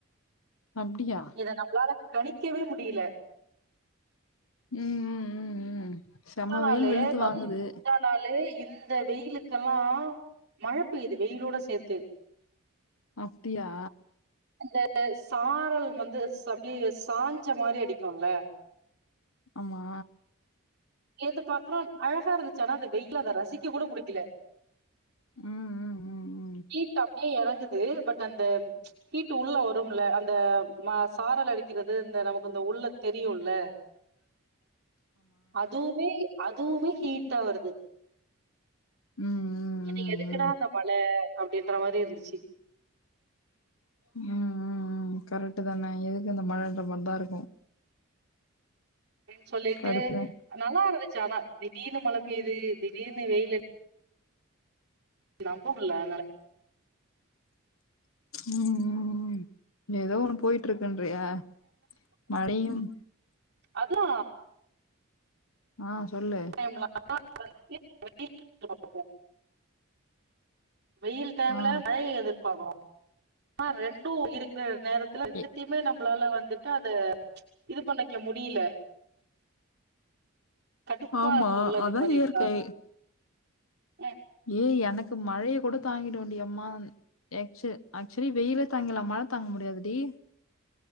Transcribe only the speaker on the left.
அப்டியா
ம் ம் ம் ம் செம்ம
வெயில் வெளுத்து
வாங்குது
அப்டியா
ஆமா
ம் ம் ம் ம்
<inaudible>
ம் ம் ம்
ம்
ம் ம் ம் கரெக்ட் தான எதுக்கு இந்த மழன்ற மாரி தா இருக்கு
கடுப்புதா
ம் ம் ம் ஏதோ ஒண்ணு போயிட்டு இருக்குன்ரியா மழையும்
ஆ சொல்லு
ஆ
எ-
ஆமா
அதான்
இயற்கை
ஏய் எனக்கு மழைய கூட தாங்கிடுவன்டி எம்மா எக்சு ஆக்சுவலி வெயில தாங்கிலா மழ தாங்க முடியாது டி